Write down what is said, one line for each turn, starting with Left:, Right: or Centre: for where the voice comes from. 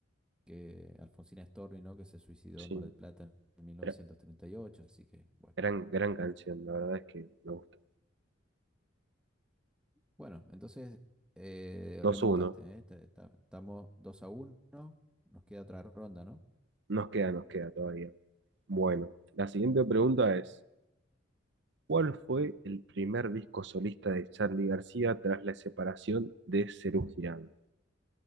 Centre: que Alfonsina Storni, ¿no? que se suicidó
Right: sí.
Centre: en Mar del Plata en 1938,
Right: Gra-
Centre: así que bueno.
Right: Gran, gran canción, la verdad es que me gusta.
Centre: Bueno, entonces eh,
Right: 2
Centre: remontaste,
Right: uno
Centre: ¿eh? Ta- ta- Estamos dos a uno nos queda otra ronda, ¿no?
Right: Nos queda, nos queda todavía. Bueno, la siguiente pregunta es, ¿cuál fue el primer disco solista de Charly García tras la separación de Serú Girán?